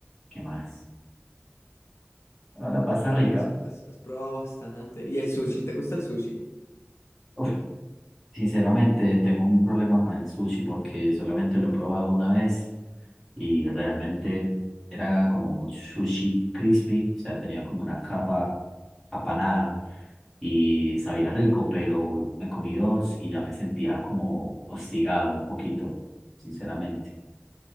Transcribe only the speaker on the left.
Ah, has, has- has probado bastante. ¿Y el sushi? ¿Te gusta el sushi?